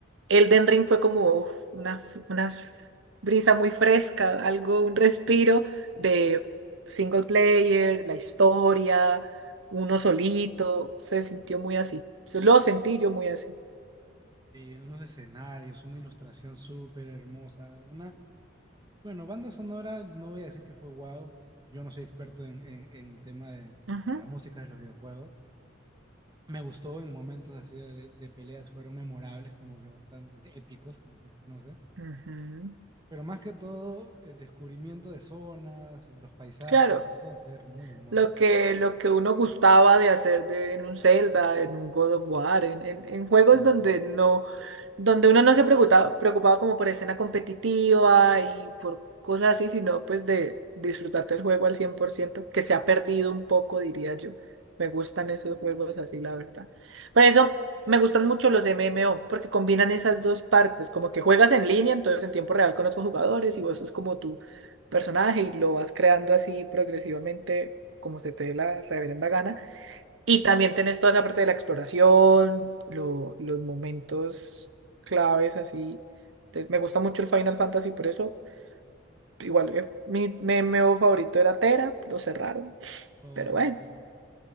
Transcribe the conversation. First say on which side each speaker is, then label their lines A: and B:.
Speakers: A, on the right; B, on the right.
A: Elden Ring fue como uf, una, f- una s- brisa muy fresca, algo, un respiro de single player, la historia, uno solito, se sintió muy así. Se Lo sentí yo muy así.
B: Sí, unos escenarios, una ilustración súper hermosa, una, bueno, banda sonora, no voy a decir que fue wow, yo no soy experto en, en- en el tema de, de-
A: Ujú,
B: de las músicas de los videojuegos. Me gustó en momentos así de, de- peleas, fueron memorables, como que bastante épicos, como se le conoce.
A: ujú.
B: Pero más que todo, el descubrimiento de zonas, eh, los paisajes,
A: Claro.
B: eso fue muy hermoso.
A: lo que, lo que uno gustaba de hacer de, en un Zelda, en un God of War, en, en, en juegos
B: O sea,
A: donde no, donde uno no se preocupaba, preocupaba como por escena competitiva y por cosas así, sino pues de disfrutarte el juego al cien por ciento que se ha perdido un poco, diría yo. Me gustan esos juegos así, la verdad. Por eso me gustan mucho los MMO, porque combinan esas dos partes, como que juegas en línea, entonces en tiempo real con otros jugadores y vos sos como tu personaje y lo vas creando así progresivamente como se te dé la reverenda gana. Y también tenés toda esa parte de la exploración, lo- los momentos claves así. Te- me gusta mucho el Final Fantasy, por eso igual eh, mi MMO favorito era Tera, lo cerraron,
B: oh,
A: pero
B: sí.
A: bueno,